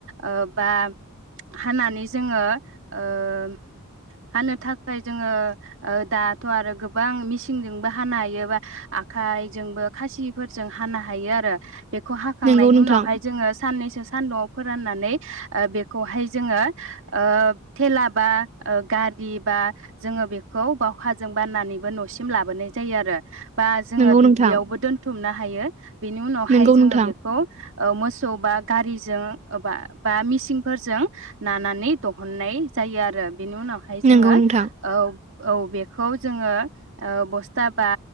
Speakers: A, on the right; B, on the right.
A: ओ बा हानानै जोङो ओम हानो थाखाय जोङो ओ दाथ' आरो गोबां मिसिंजोंबो हानो हायो बा आखाइजोंबो खासिफोरजों हानो हायो आरो। खौ हाखांनायनि
B: नंगौ नोंथां
A: उनावहाय जोङो साननैसो सानदुं'आव फोराननानै ओ बेखौहाय जोङो ओ थेला बा गारि बा जोङो बेखौ बावखाजों बाननानैबो न'सिम लाबोनाय जायो आरो। बा जोङो
B: नंगौ
A: दुब्लियावबो
B: नोंथां
A: दोनथुमनो हायो बेनि उनावहाय
B: नंगौ
A: जोङो
B: नोंथां
A: बेखौ ओ मोसौ बा गारिजोंबा बा मिसिंफोरजों नानानै दहननाय जायो आरो। बेनि उनावहाय जोङो
B: नंगौ नोंथां
A: औ औ बेखौ जोङो ओ बस्था बा